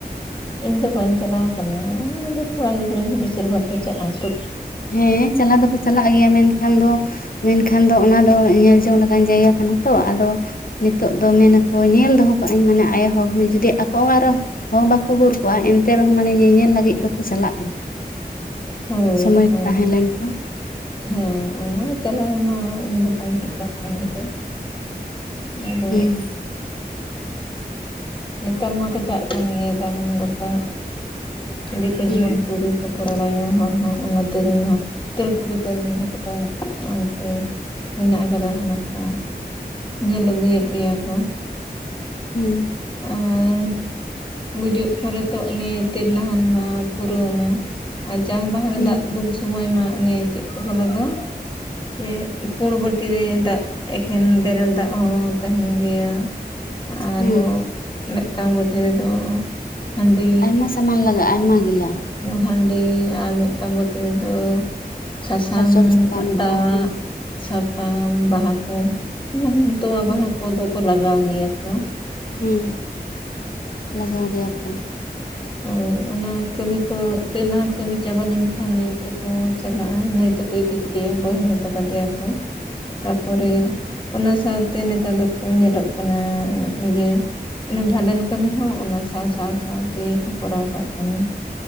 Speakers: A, on the left; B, on the left.
A: ᱤᱧ ᱫᱚ ᱵᱟᱹᱧ ᱪᱟᱞᱟᱣ ᱠᱟᱱᱟ ᱟᱫᱚ ᱠᱚᱲᱟ ᱜᱤᱫᱽᱨᱟᱹ ᱜᱮ ᱵᱮᱥᱤᱨ ᱵᱷᱟᱜᱽ ᱠᱚ ᱪᱟᱼᱟ ᱛᱩ
B: ᱦᱮᱸ ᱪᱟᱞᱟᱣ ᱫᱚᱠᱚ ᱪᱟᱞᱟᱜ ᱜᱮᱭᱟ ᱢᱮᱱ ᱠᱷᱟᱱ ᱫᱚ ᱢᱮᱱᱠᱷᱟᱱ ᱫᱚ ᱚᱱᱟ ᱫᱚ ᱧᱮᱞ ᱡᱚᱝ ᱞᱮᱠᱟᱱ ᱡᱟᱭᱜᱟ ᱠᱟᱱᱟ ᱛᱚ ᱟᱫᱚ ᱱᱤᱛᱚᱜ ᱫᱚ ᱢᱮᱱ ᱟᱠᱚ ᱧᱮᱞ ᱫᱚᱦᱚ ᱠᱟᱜᱟᱹᱧ ᱢᱟᱱᱮ ᱟᱭᱚᱦᱟᱲ ᱦᱚ ᱡᱩᱫᱤ ᱟᱠᱚ ᱟᱨᱚ ᱦᱚᱲ ᱵᱟᱠᱚ ᱜᱩᱨ ᱠᱚᱣᱟ ᱮᱱᱛᱮ ᱨᱮᱦᱚ ᱢᱟᱱᱮ ᱧᱮᱧᱮᱞ ᱞᱟᱹᱜᱤᱫ ᱫᱚᱠᱚ ᱪᱟᱞᱟᱜ ᱜᱮᱭᱟ
A: ᱦᱳᱭ
B: ᱥᱚᱢᱚᱭ
A: ᱦᱮᱸ
B: ᱠᱚ ᱛᱟᱦᱮᱸ ᱞᱮᱱᱠᱷᱟᱱ
A: ᱦᱮᱸ ᱚᱱᱟ ᱪᱟᱞᱟᱣ ᱢᱟ ᱤᱧ ᱫᱚ ᱵᱟᱹᱧ ᱪᱟᱞᱟᱣ ᱠᱟᱱ ᱜᱮᱭᱟ ᱟᱫᱚ
B: ᱦᱩᱸ
A: ᱱᱮᱛᱟᱨ ᱢᱟ ᱠᱚ ᱪᱟᱜ ᱠᱟᱱ ᱜᱮᱭᱟ ᱫᱟᱬᱟᱱ ᱜᱚᱴᱟ ᱫᱤᱠᱩ
B: ᱦᱩᱸ
A: ᱡᱮᱢᱚᱱ <unintelligible> ᱟᱱᱠᱟ ᱦᱚᱲ <unintelligible> ᱦᱚᱸ ᱚᱱᱟᱛᱮ ᱨᱮᱱᱟᱜ ᱛᱮᱞᱠᱩᱯᱤ ᱵᱟᱨᱱᱤ ᱜᱷᱟᱴᱠᱟ ᱚᱱᱛᱮ ᱢᱮᱱᱟᱜ ᱠᱟᱫᱟ ᱚᱱᱟ ᱠᱚ ᱧᱮᱞ ᱟᱹᱜᱩᱭᱮᱫ ᱜᱮᱭᱟ ᱠᱚ
B: ᱦᱩᱸ
A: ᱟ... ᱨ <unintelligible> ᱜᱩᱡᱩᱜ ᱯᱚᱨᱮ ᱛᱚ ᱩᱱᱤ ᱛᱤᱞᱱᱟᱦᱟᱱ ᱢᱟ ᱯᱩᱨᱟᱹᱣᱱᱟ ᱟᱨ ᱡᱟᱝ ᱵᱟᱦᱟᱨᱮ
B: ᱦᱩᱸ
A: ᱫᱟᱜ ᱫᱩᱞ ᱥᱚᱢᱚᱭ ᱢᱟ ᱚᱱᱮ ᱪᱮᱫ ᱠᱚᱠᱚ ᱞᱟᱜᱟᱶᱼᱟ ᱪᱮ ᱯᱩᱲ ᱵᱟᱴᱤᱨᱮ ᱫᱟᱜ ᱮᱠᱷᱮᱱ ᱵᱮᱨᱮᱞ ᱫᱟᱜ ᱦᱚᱸ ᱛᱟᱦᱮᱱ ᱜᱮᱭᱟ ᱟᱨᱦᱚᱻ
B: ᱦᱩᱸ
A: ᱢᱮᱫᱴᱟᱝ ᱵᱟᱴᱤ ᱨᱮᱫᱚ ᱦᱟ. ᱰᱤ
B: ᱟᱭᱢᱟ ᱥᱟᱢᱟᱱ ᱞᱟᱜᱟᱜᱼᱟ ᱟᱭᱢᱟ ᱜᱤᱞᱟ
A: ᱦᱟ. ᱰᱤ ᱟᱨ ᱢᱤᱫᱴᱟᱝ ᱵᱟᱴᱤ ᱨᱮᱫᱚ ᱥᱟᱥᱟᱝ
B: ᱥᱟᱨᱡᱚᱢ ᱥᱟᱠᱟᱢ
A: ᱫᱟᱜ
B: ᱠᱚ ᱦᱩᱸ
A: ᱥᱟᱠᱟᱢ ᱵᱟᱦᱟ ᱠᱚ ᱩᱱ.... ᱛᱚᱣᱟ
B: ᱦᱩᱸ
A: ᱵᱟᱦᱟ ᱠᱚᱫᱚ ᱠᱚ ᱞᱟᱜᱟᱣ ᱜᱮᱭᱟ ᱠᱚ
B: ᱦᱩᱸ ᱞᱟᱜᱟᱣ ᱜᱮᱭᱟ ᱠᱚ
A: ᱦᱳᱭ ᱚᱱᱟ ᱠᱟᱹᱢᱤ ᱠᱚ ᱛᱮᱞᱱᱟᱦᱟᱱ ᱠᱟᱹᱢᱤ ᱪᱟᱵᱟ ᱞᱮᱱ ᱠᱷᱟᱱ ᱱᱟ. ᱭ ᱛᱮᱠᱚ ᱪᱟᱞᱟᱜᱼᱟ ᱱᱟᱹᱭ ᱛᱮᱠᱚ ᱤᱫᱤ ᱠᱮᱫᱮᱭᱟ ᱵᱚᱦᱮᱞ ᱦᱚᱴᱚ ᱠᱟᱫᱮᱭᱟ ᱠᱚ
B: <inaudible>
A: ᱛᱟᱯᱚᱨᱮ ᱚᱱᱟ ᱥᱟᱶᱛᱮ ᱱᱮᱛᱟᱨ ᱫᱚᱠᱚ ᱧᱮᱞᱚᱜ ᱠᱟᱱᱟ... ᱤᱭᱟᱹ ᱚᱱᱮ ᱵᱷᱟᱸᱰᱟᱱ ᱠᱟᱹᱢᱤ ᱦᱚ ᱚᱱᱟ ᱥᱟᱶ ᱥᱟᱶ ᱥᱟᱶ ᱛᱮᱜᱮ ᱠᱚ ᱠᱚᱨᱟᱣ ᱠᱟᱜ ᱠᱟᱱᱟ